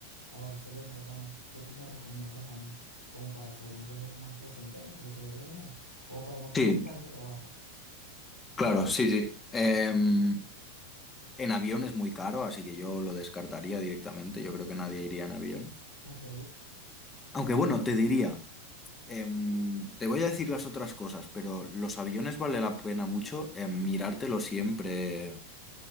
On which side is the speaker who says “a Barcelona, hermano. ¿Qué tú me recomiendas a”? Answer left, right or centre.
Left